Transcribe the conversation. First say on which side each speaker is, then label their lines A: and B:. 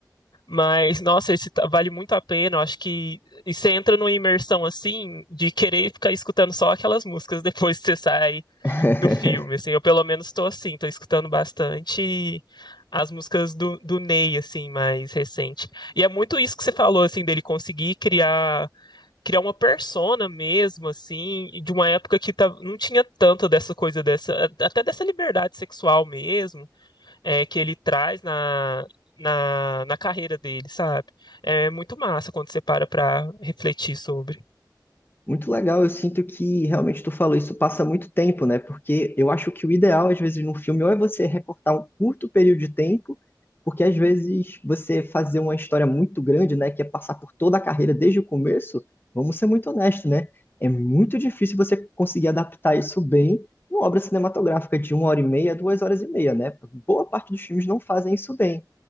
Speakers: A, on the left; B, on the left.
A: Mas, nossa, esse tá- vale muito a pena. Eu acho que e você entra numa imersão assim de querer ficar escutando só aquelas músicas depois que você sai
B: <laughs>
A: do filme, assim, eu pelo menos tô assim, tô escutando bastante as músicas do, do Ney, assim, mais recente. E é muito isso que você falou, assim, dele conseguir criar criar uma persona mesmo, assim, e de uma época que tá, não tinha tanto dessa coisa, dessa até dessa liberdade sexual mesmo, é, que ele traz na, na, na carreira dele, sabe? É muito massa quando você para pra refletir sobre.
B: Muito legal, eu sinto que realmente tu falou isso passa muito tempo, né? Porque eu acho que o ideal, às vezes, num filme, ou é você recortar um curto período de tempo, porque às vezes você fazer uma história muito grande, né? Que é passar por toda a carreira desde o começo, vamos ser muito honestos, né? É muito difícil você conseguir adaptar isso bem numa obra cinematográfica de uma hora e meia, duas horas e meia, né? Boa parte dos filmes não fazem isso bem.